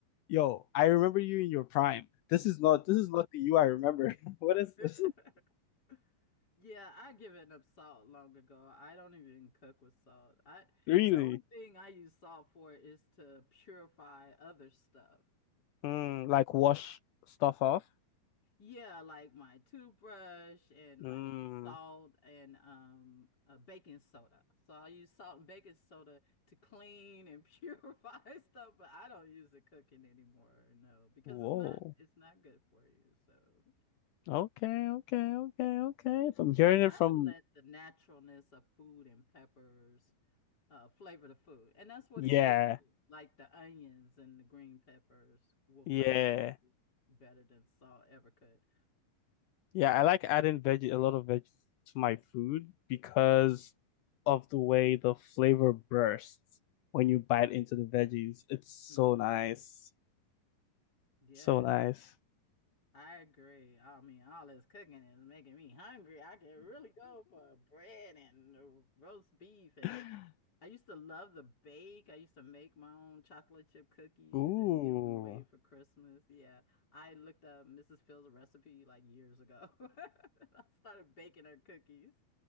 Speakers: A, on the left; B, on the left.
A: yo, I remember you in your prime. This is not this is not the you I remember. <laughs> What is
B: <laughs>
A: this?
B: Yeah, I given up salt long ago. I don't even cook with salt. I
A: Really?
B: the only thing I use salt for is to purify other stuff.
A: Mm,
B: You
A: like wash stuff off?
B: Yeah, like my toothbrush and
A: Mm,
B: like salt and um uh, baking soda. So I use salt and baking soda to clean and <laughs> purify stuff, but I don't use it cooking anymore, no, because
A: whoa.
B: it's not it's not good for you. So
A: Okay, okay, okay, okay.
B: yeah,
A: If I'm hearing
B: I try
A: it from,
B: to let the naturalness of food and peppers uh, flavor the food, and that's what
A: yeah,
B: it should do. Like the onions and the green peppers will flavor
A: yeah,
B: food better than salt ever could.
A: yeah. I like adding veggie, a lot of veggies to my food because of the way the flavor bursts when you bite into the veggies. It's so
B: hmm
A: nice.
B: Yes.
A: So nice.
B: I agree. I mean, all this cooking is making me hungry. I could really go for bread and uh, roast beef. And
A: <laughs>
B: I used to love the bake. I used to make my own chocolate chip cookies
A: Ooh.
B: and give them away for Christmas. Yeah. I looked up Mrs. Phil's recipe like years ago. <laughs> And I started baking her cookies.